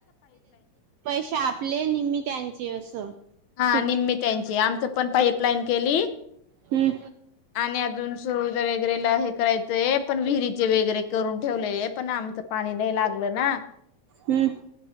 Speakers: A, on the right (about 80°); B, on the left (about 70°).
A: पैसे आपले निम्मे त्यांचे असं.
B: हा.
A: फिफ्टी
B: निम्मे त्यांचे. आमचं पण पाईप लाईन केली-
A: हम्म
B: आणि अजून सोय - वेगरे हे करायचंय. पण विहिरीचे वगैरे करून ठेवलेयेत - पण आमचं पाणी नाही लागलं ना.
A: हम्म